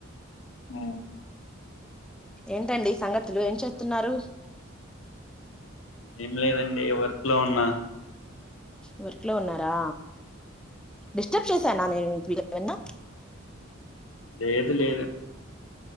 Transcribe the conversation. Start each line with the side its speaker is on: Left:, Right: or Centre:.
Left: ఆఓ
Centre: ఏంటండి సంగతులు ఏం చేస్తున్నారు
Left: ఏం లేదండి వర్క్ లో ఉన్నా
Centre: వర్క్ లో ఉన్నారా డిస్టర్బ్ చేశాన్న నేను వ ఏమన్నా
Left: లేదు లేదు